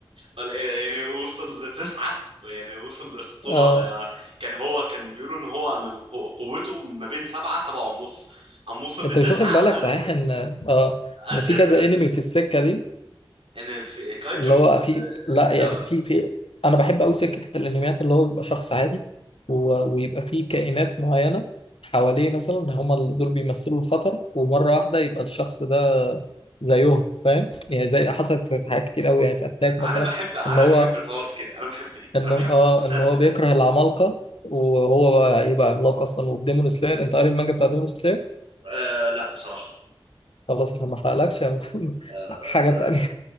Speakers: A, on the right; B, on the left.
A: قال إيه- يعني وصل لتسعة يعني وصل لخطورة
B: آه.
A: يعني كان هو كان بيقولوا ان هو من قو- قوته ما بين سبعة سبعة ونص قام وصل
B: أنت
A: لتسعة
B: مش واخد بالك
A: ازيد
B: صحيح إن آه
A: ازيد
B: إن في كذا
A: من ال
B: أنمي في السكة دي
A: ان في كايجو
B: اللي
A: آه،
B: هو في لا يعني
A: لو
B: في في أنا بحب أوي سكة الأنميات اللي هو بيبقى شخص عادي و... ويبقى فيه كائنات معينة حواليه مثلا هما اللي دول بيمثلوا الخطر ومرة واحدة يبقى الشخص ده زيهم فاهم يعني زي حصلت في في حاجات كتير قوي يعني في اتاك مثلا
A: انا بحب انا
B: ان هو
A: بحب الحوار كده انا بحب دي
B: انه
A: انا بحب
B: اه
A: السرد
B: ان هو
A: ده
B: بيكره العمالقه وهو بقى يبقى عملاق اصلا والديمون سلاير انت قاري المانجا بتاع ديمون سلاير
A: آه لا بصراحة
B: خلاص عشان ما احرقلكش يعني <laughs>
A: آه،
B: حاجه تانية